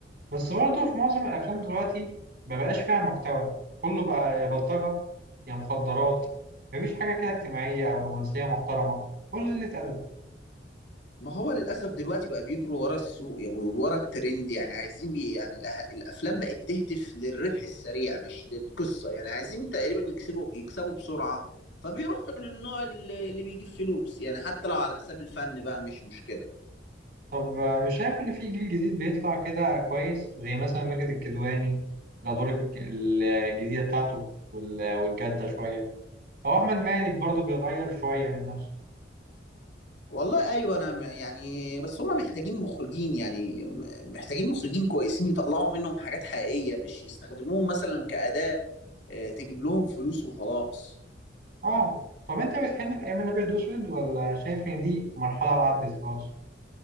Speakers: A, on the right (about 60°); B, on the left (about 85°).
A: بس برضه في معظم الافلام دلوقتي ما بقاش فيها محتوى كله بقى يا بلطجه يا مخدرات مفيش حاجه كده اجتماعيه او رومانسيه محترمه كله قله ادب
B: ما هو للأسف دلوقتي بقى بيجروا ورا السوق يعني ورا الترند يعني عايزين بي يعني الأه- الأفلام بقت تهدف للربح السريع مش للقصة يعني عايزين تقريبا يكسبوا يكسبوا بسرعة فبيروحوا للنوع اللي اللي بيجيب فلوس يعني حتى لو على حساب الفن بقى مش مشكلة
A: طب آه، مش شايف ان في جيل جديد بيطلع كده كويس زي مثلا ماجد الكدواني الادوار الج- الجديده بتاعته وال- والجاده شويه او احمد مالك برضه بيغير شويه من نفسه
B: والله أيوة أنا م- يعني بس هما محتاجين مخرجين يعني م- محتاجين مخرجين كويسين يطلعوا منهم حاجات حقيقية مش يستخدموهم مثلا كأداة آه، تجيب لهم فلوس وخلاص
A: اه طب انت بتحن الايام الابيض واسود ولا شايف ان دي مرحله وعدت خلاص